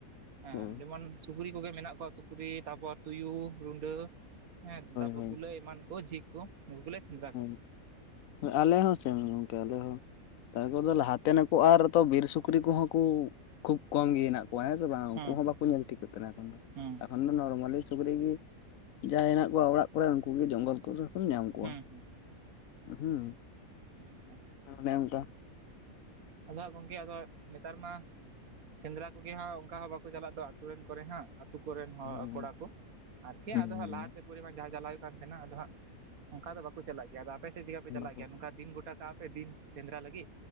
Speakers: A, on the right (about 80°); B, on the left (about 75°).
A: ᱦᱮᱸ
B: ᱦᱳᱭ
A: ᱡᱮᱢᱚᱱ ᱥᱩᱠᱨᱤ ᱠᱚᱜᱮ ᱢᱮᱱᱟᱜ ᱠᱚᱣᱟ ᱯᱩᱠᱤ ᱛᱟᱨᱯᱚᱨ ᱛᱩᱭᱩ ᱨᱩᱰᱟᱹ ᱦᱮᱸ ᱛᱟᱯᱚᱨ
B: ᱦᱳᱭ
A: ᱠᱩᱞᱟᱹᱭ ᱮᱢᱟᱱ ᱠᱚ ᱡᱷᱤᱠ ᱠᱚ ᱱᱩᱠᱩ ᱠᱚᱞᱮ ᱥᱮᱸᱫᱽᱨᱟ
B: ᱦᱳᱭ
A: ᱠᱚᱜᱮ
B: ᱟᱞᱮ ᱦᱚᱸ ᱥᱮᱢ ᱜᱚᱝᱠᱮ ᱟᱞᱮ ᱦᱚᱸ ᱛᱟᱨᱯᱚᱨ ᱫᱚ ᱞᱟᱦᱟᱛᱮ ᱱᱩᱠᱩ ᱟᱨ ᱛᱚ ᱵᱤᱨ ᱥᱩᱠᱨᱤ ᱠᱚᱦᱚᱸ ᱠᱚ ᱠᱷᱩᱵ ᱠᱚᱢ ᱜᱮ ᱦᱮᱱᱟᱜ ᱠᱚᱣᱟ ᱚᱠᱚᱭ ᱦᱸ ᱥᱮ ᱵᱟᱝ ᱩᱱᱠᱩ
A: ᱦᱩᱸ
B: ᱦᱚᱸ
A: ᱦᱩᱸ
B: ᱵᱟᱠᱚ ᱧᱮᱞ ᱴᱷᱤᱠᱚᱜ ᱛᱟᱦᱮᱱᱟ ᱮᱠᱷᱚᱱ ᱫᱚ
A: ᱦᱩᱸ
B: ᱮᱠᱷᱚᱱ ᱫᱚ ᱱᱚᱨᱢᱟᱞᱤ ᱥᱩᱠ ᱨᱮᱜ ᱜᱮ ᱡᱭ ᱦᱮᱱᱟᱜ ᱠᱚᱣᱟ ᱚᱲᱟᱜ ᱠᱚᱨᱮ ᱩᱱᱠᱩ ᱜᱮ ᱡᱚᱝᱜᱚᱞ ᱠᱚᱨᱮ ᱠᱚ ᱧᱟᱢ ᱠᱚᱣᱟ
A: ᱦᱩᱸ ᱦᱩᱸ
B: ᱦᱩᱸ
A: ᱟᱪᱪᱷᱟ
B: ᱟᱮ ᱚᱱᱠᱟ
A: ᱟᱫᱚ ᱦᱟᱸᱜ ᱜᱚᱢᱠᱮ ᱟᱫᱚ ᱱᱮᱛᱟᱨ ᱢᱟ ᱥᱮᱸᱫᱽᱨᱟ ᱠᱚᱜᱮ ᱦᱟᱸᱜ ᱚᱱᱠᱟ ᱦᱚᱸ ᱵᱟᱠᱚ ᱪᱟᱞᱟᱜ ᱫᱚ ᱟ ᱟᱹᱛᱩ ᱨᱮᱱ ᱠᱚᱨᱮ ᱦᱟᱸᱜ ᱟᱹᱛᱩ ᱠᱚᱨᱮᱱ
B: ᱦᱩᱸ
A: ᱠᱚᱲᱟ ᱠᱚ ᱟᱨᱠᱤ
B: ᱦᱩᱸ
A: ᱟᱫᱚ ᱞᱟᱦᱟᱛᱮ ᱯᱚᱨᱤᱢᱟᱱ ᱡᱟᱦᱟᱸ ᱪᱟᱞᱟᱣ ᱦᱩᱭᱩᱜ ᱠᱟᱱ ᱛᱟᱦᱮᱸᱱᱟ ᱟᱫᱚ ᱦᱟᱸᱜ ᱚᱱᱠᱟ ᱫᱚ ᱵᱟᱠᱚ ᱪᱟᱞᱟᱜ ᱜᱮᱭᱟ ᱟ ᱟᱯᱮ ᱥᱮᱫ ᱪᱤᱠᱟ ᱯᱮ ᱪᱟᱞᱟᱜ
B: ᱵᱟᱠᱚ
A: ᱜᱮᱭᱟ ᱱᱚᱝᱠᱟ ᱫᱤᱱ ᱜᱚᱴᱟ ᱠᱟᱜᱼᱟ ᱯᱮ ᱫᱤᱱ ᱥᱮᱸᱫᱽᱨᱟ ᱞᱟᱹᱜᱤᱫ